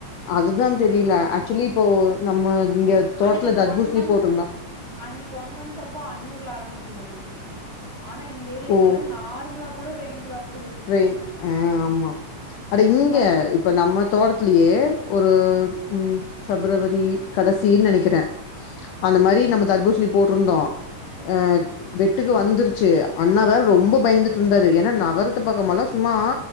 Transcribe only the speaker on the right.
அன்னைக்கு அந்த
ஒன் மந்த்துக்
அன்னைக்கு ஒன் மந்த் அப்போ அன்னூர்ல ஆலங்கட்டி மழ பெஞ்சுதுன்னாங்க ஆனா இந்தேரியாக்கல்லா
நார்மலா கூட ரெய்ன்ட்ராப்
இப்ப
பாத்